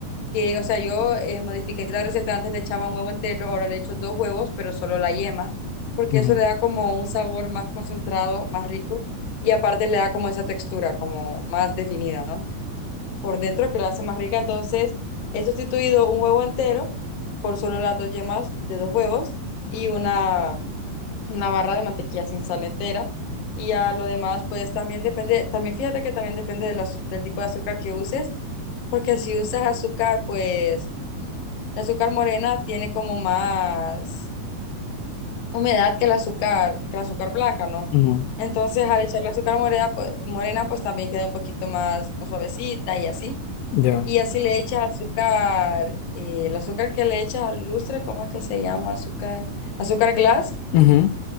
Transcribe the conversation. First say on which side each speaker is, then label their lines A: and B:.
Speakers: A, on the left (about 55°); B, on the left (about 85°).
A: que, o sea, yo eh, modifiqué la receta, antes le echaba un huevo entero, ahora le echo dos huevos, pero solo la yema, porque
B: ujú,
A: eso le da como un sabor más concentrado, más rico, y aparte le da como esa textura, como más definida, ¿no? Por dentro que la hace más rica, entonces he sustituido un huevo entero por solo las dos yemas de dos huevos y una, una barra de mantequilla sin sal entera. Y a lo demás, pues también depende, también fíjate que también depende del azu- del tipo de azúcar que uses, porque si usas azúcar, pues el azúcar morena tiene como más humedad que el azúcar, que el azúcar blanca, ¿no?
B: ujú,
A: Entonces, al echar el azúcar morena, pues, morena, pues también queda un poquito más, más suavecita y así.
B: Ya.
A: Y así le echas azúcar, eh, el azúcar que le echas al lustre, ¿cómo es que se llama? Azúcar, azúcar glass.
B: ujú,